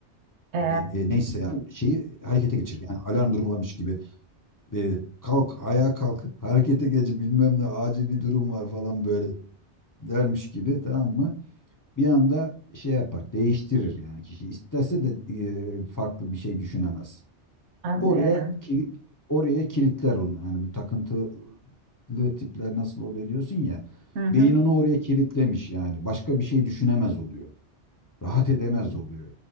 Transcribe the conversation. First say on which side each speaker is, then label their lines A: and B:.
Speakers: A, on the right (about 75°); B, on the left (about 30°).
A: E,
B: e, neyse yani şeyi harekete geçirir. Yani alarm durumu varmış gibi e, kalk ayağa kalk harekete geç bilmem ne acil bir durum var falan böyle dermiş gibi tamam mı? Bir anda şey yapar değiştirir yani kişi istese de e, farklı bir şey düşünemez.
A: anlıyorum.
B: Oraya kili- oraya kilitler onu. Hani bu takıntılı tipler nasıl oluyor diyorsun ya.
A: Hı hı.
B: Beyin onu oraya kilitlemiş yani. Başka bir şey düşünemez oluyor. Rahat edemez oluyor.